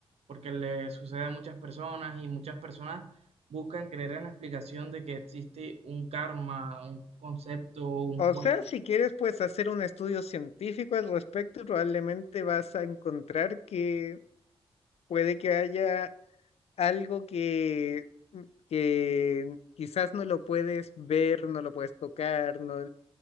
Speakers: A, on the right (about 80°); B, on the left (about 80°).
A: porque le sucede a muchas personas y muchas personas buscan creer en la explicación de que existe un karma, un concepto, un
B: O
A: juego,
B: sea, si quieres, pues hacer un estudio científico al respecto, y probablemente vas a encontrar que puede que haya algo que, mm, que quizás no lo puedes ver, no lo puedes tocar, no,